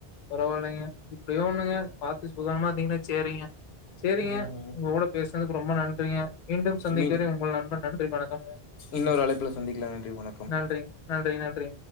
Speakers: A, on the left; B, on the left.
A: பரவாயில்லைங்க எப்படியோ ஒண்ணுங்க பாத்து சூதானமா இருந்தீங்ன்னா சேரிங்க சேரிங்க
B: ம்.
A: உங்ககூட பேசுனதுக்கு ரொம்ப நன் றிங்க மீண்டும் சந்திக்கிறே
B: மீன்
A: உங்கள் நண்பன் <unintelligible> <unintelligible> வணக்கம்ங்க
B: இன்னொரு அழைப்புல சந்திக்லா நன்றி வணக்கம்
A: நன்றிங்க, நன்றி, நன்றி.